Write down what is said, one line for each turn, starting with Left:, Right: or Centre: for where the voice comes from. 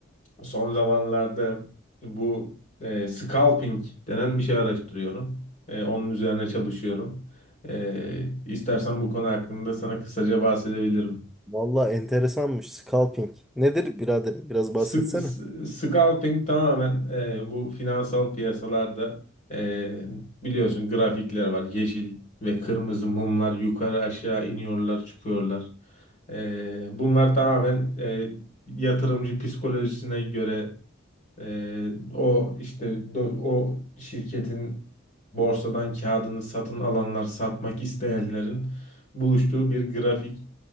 Left: Son zamanlarda bu e, scalping denen bir şey araştırıyorum. E, onun üzerine çalışıyorum. E, istersen bu konu hakkında sana kısaca bahsedebilirim.
Centre: Vallahi enteresanmış. Scalping. Nedir biraderim? Biraz
Left: Sc-
Centre: bahsetsene.
Left: s- Scalping tamamen e, bu finansal piyasalarda e, biliyorsun grafikler var. Yeşil ve kırmızı mumlar yukarı aşağı iniyorlar çıkıyorlar. E, bunlar tamamen e, yatırımcı psikolojisine göre Ee, o işte do- o şirketin borsadan kağıdını satın alanlar, satmak isteyenlerin buluştuğu bir grafik.